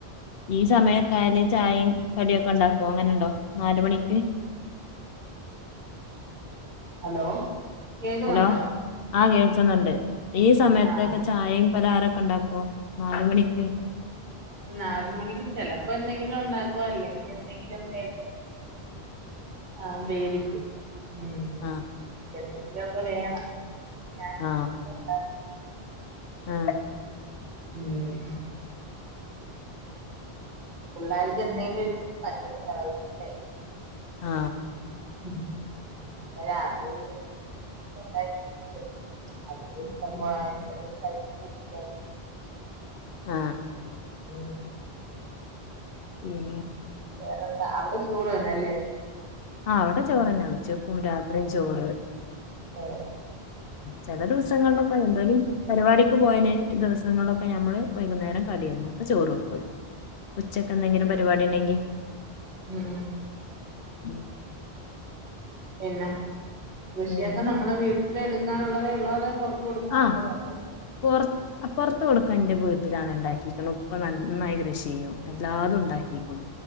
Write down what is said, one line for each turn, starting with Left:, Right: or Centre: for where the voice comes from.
Left: ഈ സമയക്കായാല് ചായയും കടിയൊക്കെ ണ്ടാക്കോ അങ്ങനെ ണ്ടോ നാല് മണി <unintelligible>
Right: ഹലോ കേക്കുന്നുണ്ടോ
Left: ഹലോ ആ കേൾക്കുന്നുണ്ട് ഈ സമയത്തൊക്കെ
Right: ആ
Left: ചായയും പലഹാരൊക്കെ ണ്ടാക്കോ നാല് മണിക്ക്
Right: നാല് മണിക്ക് ചെലപ്പോ എന്തെങ്കിലും ണ്ടാക്കും അല്ലെങ്കി എന്തെങ്കിലും ബേക്കറി <unintelligible> <inaudible> ആ <unintelligible> ഉ
Left: ആ
Right: എന്തെങ്കിലോ ക്കെ വേണം ഞാൻ
Left: ആ
Right: എന്തെങ്കിലും ഉണ്ടാക്കും.
Left: ആ
Right: ഉം <unintelligible>
Left: ആ
Right: <unintelligible> <unintelligible>
Left: ആ
Right: ഉം
Left: പിന്നെ
Right: വേറെന്താ അവിടെ ചോറ് തന്നെല്ലേ
Left: ആ ഇവെടെ ചോറെന്നെ ഉച്ചക്കും രാത്രിയും ചോറ്
Right: ആ
Left: ചേല ദിവസങ്ങളിലൊക്കെ എന്തേലും പരിപാടിക്ക് പോയന് ദിവസങ്ങളിലൊക്കെ ഞമ്മള് വൈകുന്നേരം കടിയല്ല അപ്പൊ ചോറ് വെക്കൂല ഉച്ചക്ക് എന്തെങ്കിലും പരിപാടി ണ്ടെങ്കി
Right: ആ
Left: ഉം
Right: പിന്നെ കൃഷിയൊക്കെ
Left: പിന്നെ
Right: നമ്മളെ വീട്ടില് എടുക്കാനുള്ളതെ ഒള്ളോ അതോ കൊടുക്കാനുള്ളതുണ്ടോ
Left: ആ പോറ് പോറ്ത്ത് കൊടുക്ക ന്റെ വീട്ടിലാണ് ണ്ടാക്കിക്ക്‌ണ് ഉപ്പ നന്നായി കൃഷിയ്യും എല്ലാതും ണ്ടാക്കിക്കുണു